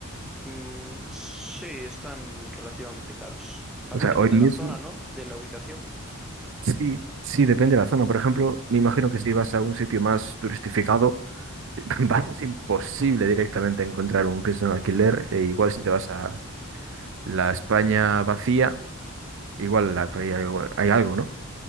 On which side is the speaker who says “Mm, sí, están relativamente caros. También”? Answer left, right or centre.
Centre